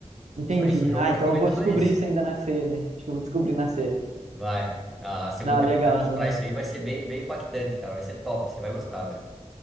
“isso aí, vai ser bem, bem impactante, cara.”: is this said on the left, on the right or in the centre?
Centre